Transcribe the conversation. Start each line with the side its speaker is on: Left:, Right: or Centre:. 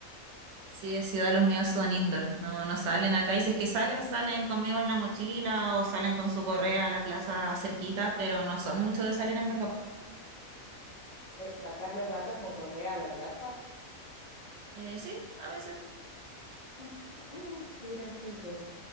Right: Sí, de ciudad los míos son indoor, no, no salen acá. Y si es que salen, salen conmigo en la mochila o salen con su correa a la plaza cerquita, pero no son mucho de salir en verdad.
Left: eh, sacás los gatos con correa a la plaza.
Right: Eh, sí, a veces.
Left: <laughs> Qué gracioso,